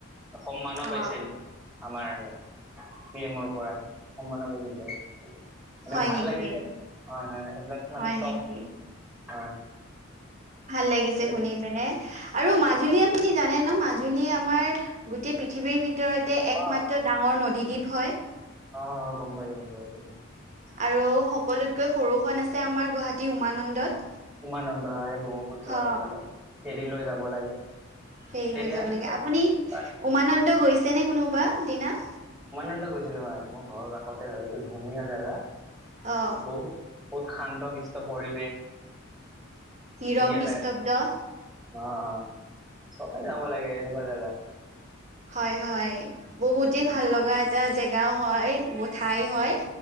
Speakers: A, in the centre; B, on the right (about 35°).
A: সন্মানো
B: অ
A: পাইছিল আমাৰ পি এমৰ পৰা। সন্মানো পাইছিলে। মানে
B: হয়
A: ভাল
B: নেকি
A: লাগিছে হয় হয় এইবিলাক মানে
B: হয়
A: চব
B: নেকি
A: হয়।
B: ভাল লাগিছে
A: এইবিলাক
B: শুনি পিনে। আৰু মাজুলী আপুনি জানে ন মাজুলী আমাৰ গোটেই পৃথিৱীৰ ভিতৰত ভিতৰতে একমাত্ৰ
A: অ
B: ডাঙৰ নদীদ্বীপ হয়।
A: অ' গম পায় গম পাইছো।
B: আৰু সকলোতকৈ সৰুখন আছে আমাৰ গুৱাহাটী উমানন্দত।
A: উমানন্দ হয় ব্ৰহ্মপুত্ৰ
B: অ
A: সেইফালে ফেৰি লৈ যাব লাগে।
B: ফেৰি
A: ফেৰী
B: লৈ যাব
A: আৰু
B: লাগে
A: তাৰ
B: আপুনি
A: তাতে তাৰ
B: উমানন্দ গৈছে নে কোনোবা দিনা?
A: উমানন্দ গৈছিলো হয় মোৰ ঘৰ কাষতে হয় এইটো ধুনীয়া জেগা।
B: অ'।
A: বহুত বহুত শান্ত শৃষ্ট পৰিৱেশ।
B: নীৰৱ
A: ধুনীয়া
B: নিস্তব্দ।
A: জেগা অ' হয় চবে যাব লাগে এনেকুৱা জাগা।
B: হয় হয় বহুতে
A: উম
B: ভাল লগা এটা জেগাও হয় ঠাই হয়